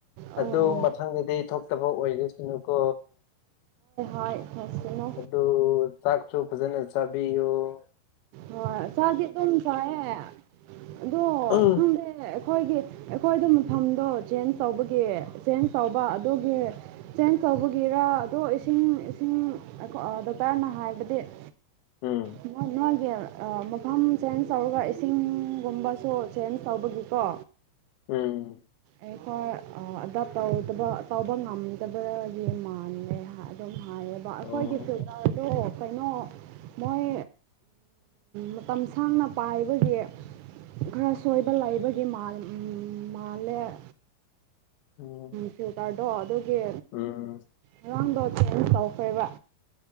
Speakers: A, on the right; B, on the left.
A: ꯑꯣ
B: ꯑꯗꯨ ꯃꯊꯪꯗꯗꯤ ꯊꯣꯛꯇꯕ ꯑꯣꯏꯔꯁꯅꯨꯀꯣ
A: ꯍ ꯏ ꯐꯁꯤꯅꯣ
B: ꯑꯗꯨ ꯆꯥꯛꯁꯨ ꯐꯖꯅ ꯆꯥꯕꯤꯌꯣ ꯫
A: ꯍꯣꯏ ꯆꯥ ꯗꯤ ꯑꯗꯨꯝ ꯆꯥꯏꯦ ꯑꯗꯣ
B: ꯎꯝ
A: ꯈꯪꯗꯦ ꯫ ꯑꯩꯈꯣꯏꯒꯤ ꯑꯩꯈꯣꯏꯗ ꯃꯐꯝꯗꯣ ꯆꯦꯟꯖ ꯇꯧꯕꯒꯤ ꯆꯦꯟꯖ ꯇꯧꯕ ꯑꯗꯨꯒꯤ ꯆꯦꯟꯖ ꯇꯧꯕꯒꯤꯔ ꯑꯗꯣ ꯏꯁꯤꯡ ꯏꯁꯤꯡ ꯗꯣꯛꯇꯔꯅ ꯍꯥꯏꯕꯗꯤ ꯫
B: ꯎꯝ
A: <inaudible> ꯃꯐꯝ ꯆꯦꯟꯖ ꯇꯧꯔꯒ ꯏꯁꯤꯡꯒꯨꯝꯕꯁꯨ ꯆꯦꯟꯖ ꯇꯧꯕꯒꯤꯀꯣ
B: ꯎꯝ
A: ꯑꯩꯈꯣꯏ ꯗꯞ ꯇꯧꯗꯕ ꯇꯧꯕ ꯉꯝꯗꯕꯒꯤ ꯃꯥꯟꯂꯦ ꯑꯗꯨꯝ ꯍꯥꯏꯌꯦ ꯑꯩꯈꯣꯏꯒꯤ
B: ꯑꯣ
A: ꯁꯔꯀꯥꯔꯗꯣ
B: ꯑꯣ
A: ꯀꯩꯅꯣ ꯃꯣꯏ ꯃꯇꯝ ꯁꯥꯡꯅ ꯄꯥꯏꯕꯒꯤ ꯈꯔ ꯁꯣꯏꯕ ꯂꯩꯕꯒꯤ ꯃꯥꯜ-ꯃꯥꯜꯂꯦ ꯫
B: ꯎꯝ
A: ꯐ꯭ꯌꯨꯇꯔꯗꯣ ꯑꯗꯨꯒꯤ
B: ꯎꯝ
A: ꯉꯥꯡꯗꯣ ꯆꯦꯟꯖ ꯇꯧꯈ꯭ꯔꯦꯕ